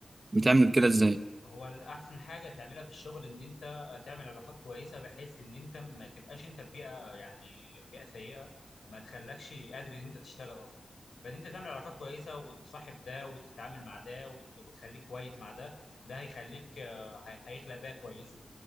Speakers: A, on the right; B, on the left.
A: بتعمل كده ازاي
B: هو الاحسن حاجه تعملها في الشغل ان انت تعمل علاقات كويسه بحيث ان انت ما تبقاش انت في بيئه يعني بيئه سيئه ما تخلكش قادر ان انت تشتغل اصلا فان انت تعمل علاقات كويسه وتصاحب ده وتتعامل مع ده وت- وتخليك كويس مع ده ده هيخليك آه، هي- هيخلق بيئه كويسه